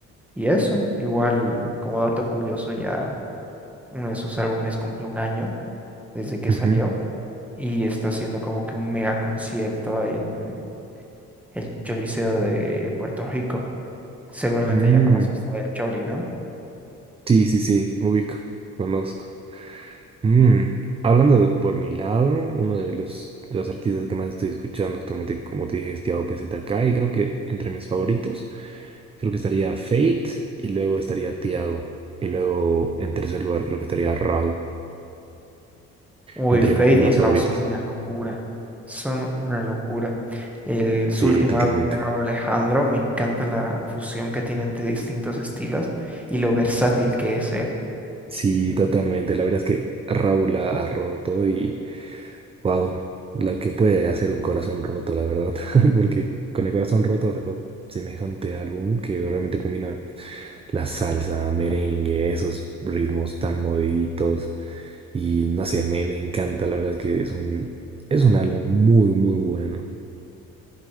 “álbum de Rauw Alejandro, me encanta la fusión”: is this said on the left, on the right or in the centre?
Centre